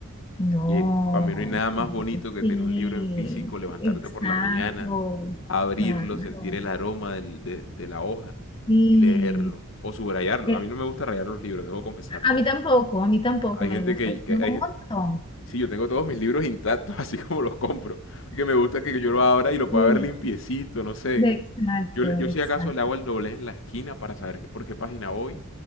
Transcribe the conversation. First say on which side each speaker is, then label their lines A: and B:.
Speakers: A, on the left; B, on the left.
A: no,
B: Oye, para mí no hay nada más bonito que
A: sí,
B: tener un libro en físico, levantarte
A: exacto,
B: por la mañana, abrirlo,
A: claro.
B: sentir el aroma del- de, de la hoja
A: Sí,
B: y leerlo o subrayarlo.
A: Eh,
B: A mí no me gusta rayar los libros, debo confesarlo.
A: a mí tampoco, a mí tampoco
B: Hay
A: me
B: gente
A: gusta.
B: que,
A: Yo
B: que
A: tengo
B: hay,
A: un
B: gen-
A: montón.
B: sí, yo tengo todos mis libros intactos, <laughs> así como los compro, que me gusta que yo lo abra y lo
A: Sí,
B: pueda ver limpiecito, no sé.
A: exacto,
B: Yo, le- yo
A: exacto.
B: si acaso le hago el doblez en la esquina para saber qué- por qué página voy